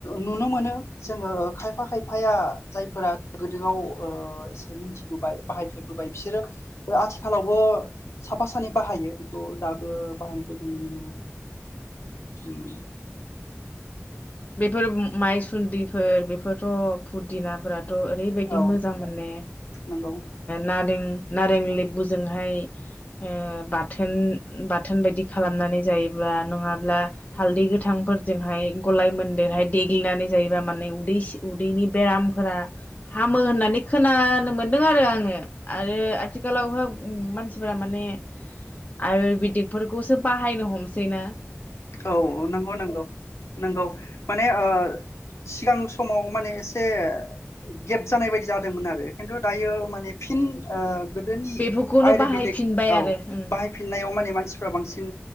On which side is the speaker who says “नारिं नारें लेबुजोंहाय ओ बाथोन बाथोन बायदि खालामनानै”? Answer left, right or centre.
Left